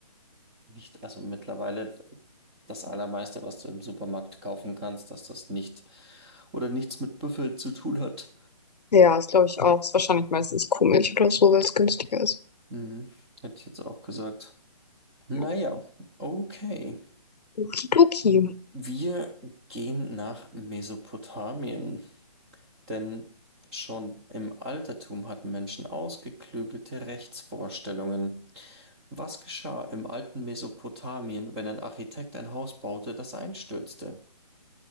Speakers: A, in the centre; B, on the left.
A: nicht, also mittlerweile das allermeiste, was du im Supermarkt kaufen kannst, dass das nicht oder nichts mit Büffel zu tun hat.
B: ja, ist glaube ich auch. Ist wahrscheinlich meistens Kuhmilch oder so, weil es günstiger ist.
A: Mhm. Hätte ich jetzt auch gesagt. Naja,
B: Ja.
A: okay.
B: Okidoki.
A: Wir gehen nach Mesopotamien, denn schon im Altertum hatten Menschen ausgeklügelte Rechtsvorstellungen. Was geschah im alten Mesopotamien, wenn ein Architekt ein Haus baute, das einstürzte?